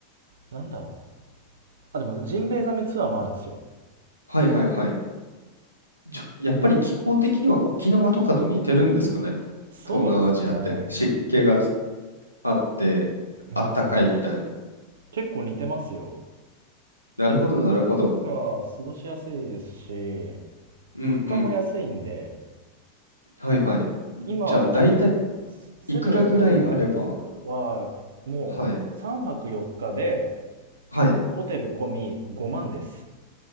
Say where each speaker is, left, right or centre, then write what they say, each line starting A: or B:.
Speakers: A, on the right; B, on the right.
A: なんだろう。あ、でもジンベエザメツアーもあるんですよ。
B: はいはいはい。じょやっぱり気候的には沖縄とかと似てるんですかね？
A: そうですね。
B: 東南アジアって。湿気がつあって、
A: うん。
B: あったかいみたいな。
A: 結構似てますよ。
B: なるほどなるほど。
A: だから、過ごしやすいですし、
B: うんうん。
A: 物価も安いんで、
B: はいはい。
A: 今、
B: じゃあ大体
A: セブはもう3泊4日で
B: いくらぐらいあればはい。はい。
A: ホテル込み5万です。